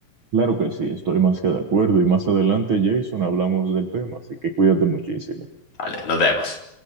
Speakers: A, on the right; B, on the left.
A: Claro que sí, estoy más que de acuerdo y más adelante, Jason, hablamos del tema, así que cuídate muchísimo.
B: Vale, nos vemos.